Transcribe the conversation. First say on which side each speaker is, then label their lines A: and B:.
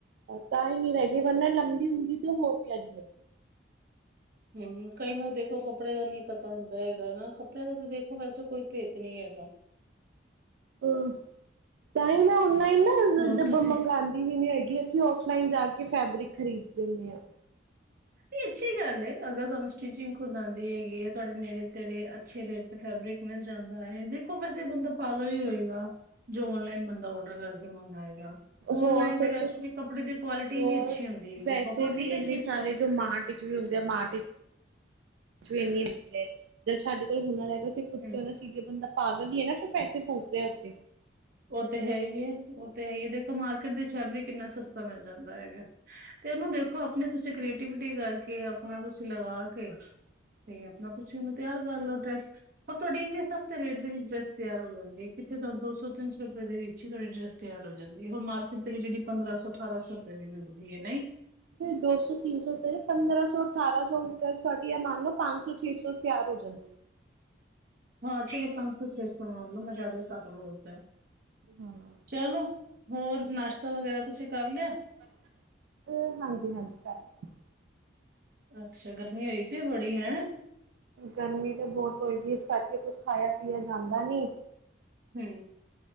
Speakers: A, on the right (about 80°); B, on the right (about 55°).
A: ਤਾਂ ਹੀ ਨੀ ਰਹਿ ਗੀ। ਵਰਨਾ ਲੰਬੀ ਹੁੰਦੀ ਤੇ ਉਹ ਹੋਰ ਪਿਆਰੀ ਲੱਗਦੀ।
B: ਹਮ, ਕਈ ਨਾ ਦੇਖੋ ਕੱਪੜੇ ਦਾ ਨਹੀਂ ਪਤਾ ਹੁੰਦਾ ਹੈਗਾ ਨਾ। ਕੱਪੜੇ ਦਾ ਤਾਂ ਦੇਖੋ ਵੈਸੇ ਕੋਈ ਭੇਦ ਨੀ ਹੈਗਾ।
A: ਹਹ ।ਤਹੀ ਨਾ ਔਨਲਾਈਨ ਨਾ
B: ਹੋਰ
A: ਜ,
B: ਤੁਸੀਂ
A: ਮੰਗਵਾਉਂਦੀ ਵੀ ਨੀ ਹੈਗੀ ।ਅਸੀਂ ਔਫਲਾਈਨ ਜਾ ਕੇ ਕੇ ਫੈਬਰਿਕ ਖਰੀਦ ਲੈਂਦੇ ਹਾਂ।
B: ਇਹ ਅੱਛੀ ਗੱਲ ਏ, ਅਗਰ ਤੁਹਾਨੂੰ ਸਟਿਚਗ ਖੁਦ ਆਉਂਦੀ ਹੈਗੀ ਹੈ ਤੁਹਾਡੇ ਨੇੜੇ- ਤੇੜੇ ਅੱਛੇ ਰੇਟ ਤੇ ਫੈਬਰਿਕ ਮਿਲ ਜਾਂਦਾ ਹੈ ਦੇਖੋ, ਫੇਰ ਤੇ ਬੰਦਾ ਪਾਗਲ ਹੀ ਹੋਏਗਾ। ਜੋ ਓਨਲਾਈਨ ਬੰਦਾ ਔਡਰ ਕਰਕੇ ਮੰਗਵਾਏਗਾ। ਔਨਲਾਈਨ
A: ਹੋਰ ਫਿਰ
B: ਤੇ ਵੈਸੇ ਵੀ ਕੱਪੜੇ ਦੀ ਕੁਆਲਿਟੀ
A: ਹੋਰ
B: ਨੀ ਅੱਛੀ ਹੁੰਦੀ ਹੈਗੀ
A: ਵੈਸੇ
B: ਬਹੁਤ
A: ਵੀ
B: ਹੀ ਨਾ
A: ਇੰਨੇ
B: ਚਿਪ
A: ਸਾਰੇ ਜੋ ਮਾਂ ਟੀਚਰ ਵੀ ਹੁੰਦੇ ਆ। ਮਾਂ ਟੀਚ <unintelligible> ਜਦ ਸਾਡੇ ਕੋਲੁਰ ਹੈਗਾ ਅਂ ਖੁਦ
B: ਹੂੰ,
A: ਕਿਂ ਸੀ ਬੰਦਾ ਪਾਗਲ ਹੀਏ ਨਾ ਫਿਰ ਪੈਸੇ ਫੂਕ ਰਿਹਾ ਉੱਥੇ
B: ਉਹ ਤੇ ਹੈ ਹੀ ਹੈ। ਉਹ ਤੇ ਹੈਗੀਏ। ਦੇਖੋ ਮਾਰਕੀਟ ਦੀ ਫੈਬਰਿਕ ਕਿੰਨਾ ਸਸਤਾ ਮਿਲ ਜਾਂਦਾ ਹੈਗਾ। ਤੇ ਉਹਨੂੰ ਦੇਖੋ ਆਪਣੀ ਤੁਸੀਂ ਕ੍ਰੀਏਟੀਿਵਿਟੀ ਕਰਕੇ ਆਪਣਾ ਤੁਸੀਂ ਲਗਾ ਕੇ ਤੇ ਆਪਣਾ ਤੁਸੀਂ ਇਹਨੂੰ ਤਿਆਰ ਕਰ ਲਓ ਡਰੈਸ। ਪਰ ਤੁਹਾਡੀ ਇੰਨੇ ਸਸਤੇ ਰੇਟ ਦੇ ਵਿੱਚ ਡਰੈਸ ਤਿਆਰ ਹੋ ਜਾਂਦੀ ਹੈ। ਜਿਹੇ ਤਹਾਨੂੰ ਦੋ ਸੌ ਤਿੰਨ ਸੌ ਸੌ ਰੁਪਏ ਦੇ ਵਿੱਚ ਹੀ ਤੁਹਾਡੀ ਡਰੈਸ ਤਿਆਰ ਹੋ ਜਾਂਦੀ। ਹੁਣ ਮਾਰਕੀਟ ਦੇ ਜਿਹੜੀ ਪੰਦਰਾਂ ਸੌ, ਅਠਾਰਾਂ ਸੌ ਰੁਪਏ ਦੀ ਮਿਲਦੀ ਹੈ ਨਹੀਂ।
A: ਦੋ ਸੌ, ਤਿੰਨ ਸੌ ਤੇਰੇ ਪੰਦਰਾਂ ਸੌ, ਅਠਾਰਾਂ ਸੌ ਤੁਹਾਡੀ ਮੰਨ ਲਓ ਪੰਜ ਸੌ, ਛੇ ਸੌ ਤਿਆ। ਸ। <unintelligible>
B: ਹ। <unintelligible> ਹਾਂ ਪੰਜ- ਛੇ ਸੌ ਮਨ ਲੋ, ਮੈਂ ਜ਼ਿਆਦਾ ਹੀ ਕੱਟ ਬੋਲਤ ਹੈ।
A: ਹਾਂ।
B: ਚਲੋ ।ਹੋਰ, ਨਾਸ਼ਤਾ ਵਗੈਰਾ ਤੁਸੀਂ ਕਰ ਲਿਆ।
A: ਅ, ਹਾਂਜੀ -ਹਾਂਜੀ ਕਰ ਲ।
B: ਅੱਛਾ। ਗਰਮੀ ਹੋਈ ਪਈ ਬੜੀ ਹੈ
A: ਗਰਮੀ ਤਾਂ ਬਹੁਤ ਹੋਏਗੀ ਇਸ ਕਰਕੇ ਕੁਛ ਖਾਇਆ- ਪੀਆ ਜਾਂਦਾ ਨੀ।
B: ਹਮ।